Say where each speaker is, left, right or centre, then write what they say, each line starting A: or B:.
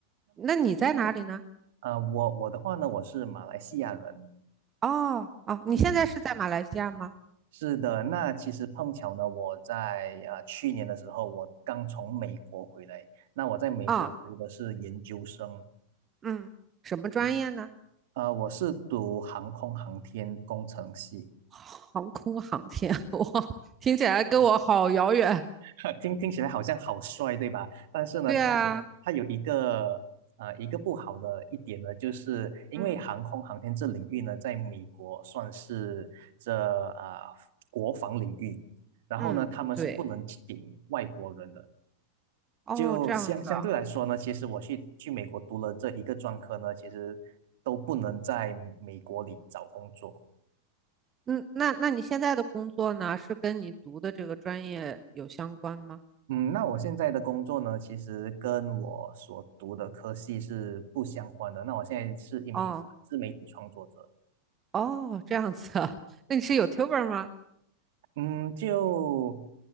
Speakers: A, on the right (about 20°); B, on the right (about 55°).
A: 那你在哪里呢？
B: 啊、我我的话呢，我是马来西亚人，
A: 哦哦，你现在是在马来西亚吗？
B: 嗯，是的，那其实碰巧呢，我在啊、去年的时候，我刚从美国回来，那我在美国读的是研究生，
A: 啊、嗯，什么专业呢？
B: 嗯啊，我是读航空航天工程系。
A: 航空航天，<laughs> 哇，听起来跟嗯我好遥远。
B: <laughs> 听听起来好像好帅，对吧？但是呢，
A: 对啊，
B: 它有它有一个呃一个不好的一点呢，
A: 是啊
B: 就是因为航空航天这领域呢，
A: 的嗯
B: 在美国算是这呃国防领域，然后呢，
A: 嗯，
B: 他们是不能请外国人的。
A: 嗯对，哦，
B: 就相相对来说呢，
A: 这样子啊。
B: 其实我去去美国读了这一个专科呢，其实都不能在美国里找工作。
A: 嗯，那那你现在的工作呢，是跟你读的这个专业有相关吗？
B: 嗯，那我现在的工作呢，其实跟我所读的科系是不相关的。那我现在是一名呃自媒体创作者。
A: 哦哦，这样子啊。<laughs> 那你是 YouTuber 吗？
B: 嗯，就